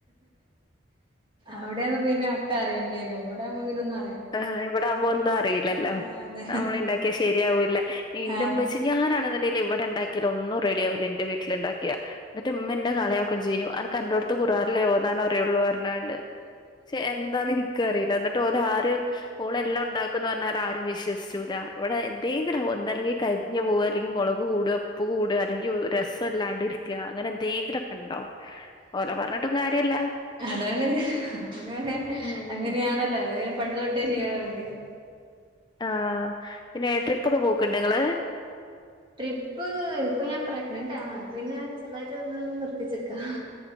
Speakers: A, on the right (about 25°); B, on the left (about 25°).
A: അവിടെയാവ്മ്പം പിന്നെ ഒക്ക അറിയണ്ടീനു ഇവിടെയാവുമ്പോ പിന്നൊന്നും
B: ആ ഇവിടെ ആവുമ്പോ ഒന്നും അറിയില്ലല്ലോ.
A: ആഹ് അതെ
B: അമ്മള് ഇണ്ടാക്കിയാ ശരിയാവൂല്ല, ന്റെ
A: ആഹ് അതെ
B: മ്മച്ചി ഞാനാണ്ന്നിണ്ടേ ഇവിടെ ഇണ്ടാക്കില് ഒന്നും റെഡിയാവൂല ഇന്റെ വീട്ടില്ണ്ടാക്കിയാ, ന്നിട്ട് മ്മന്നെ കളിയാക്കും ചെയ്യും അനക്ക് അന്റെോട് ഖുറാനല്ലേ ഓതാൻ അറിയുള്ളൂ പറഞ്ഞാണ്ട്, ശെ എന്താന്ന് ഇൻക്കൂ അറീല്ല ന്നിട്ട് ഓല് ആരു ഓള് എല്ലം ഇണ്ടാക്കുന്ന് പറഞ്ഞാലാരും വിശ്വസിച്ചൂല, ഇവിടെ എന്തെങ്കിലു ആവൂ ഒന്നല്ലെങ്കീ കരിഞ്ഞു പോവാ ല്ലെങ്കി മൊളക് കൂടാ ഉപ്പ് കൂടാ അല്ലെങ്കി രസം ഇല്ലാണ്ടിരിക്ക അങ്ങനെ എന്തേങ്കിലൊക്കെണ്ടാവും, ഓലെ പറന്നിട്ടും കാര്യല്ല്യ
A: അതാണ് <unintelligible>
B: ഉം
A: അങ്ങനെയാണല്ലോ അത് പണ്ട് തൊ <unintelligible>
B: ആ പിന്നെ ട്രിപ്പൊക്കെ പോക്ക്ണ്ടാ ങ്ങള്?
A: ട്രിപ്പ്.. ഇപ്പൊ ഞാൻ പ്രഗ്നന്റാണ് അപ്പ പിന്നെ ചെർതായിട്ട് ന്ന് നിർത്തിച്ചിക്കാ